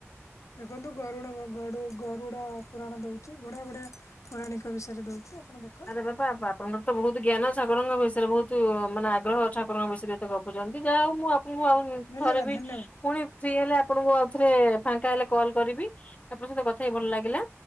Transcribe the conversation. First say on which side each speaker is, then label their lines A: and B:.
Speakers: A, on the left; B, on the left.
A: ଦେଖନ୍ତୁ ଗରୁଣକ ଗଡୁ ଗରୁଡ଼ ପୁରାଣ ଦେଉଛି ବଢ଼ିଆ ବଢ଼ିଆ ପୌରାଣିକ ବିଷୟରେ ଦଉଛି ଆପଣ ଦେ
B: ଆରେ ବାପା ଆପ ଆପଣଙ୍କର ତ ବହୁତ ଜ୍ଞାନ ସାଗରଙ୍କ ବିଷୟରେ ବହୁତ ମାନେ ଆଗ୍ରହ ଠାକୁରଙ୍କ ବିଷୟରେ ଏତେ ଗପୁଚନ୍ତି। ଯାହା ହଉ ମୁଁ ମୁଁ ଆଉ
A: ଧନ୍ୟବାଦ
B: ଥରେ ବି
A: ଧନ୍ୟବାଦ
B: ପୁଣି ଫ୍ରି ହେଲେ ଆପଣଙ୍କୁ ଆଉଥରେ ଫାଙ୍କା ହେଲେ କଲ୍ କରିବି। ଆପଣଙ୍କ ସହିତ କଥା ହେଇ ଭଲ ଲାଗିଲା,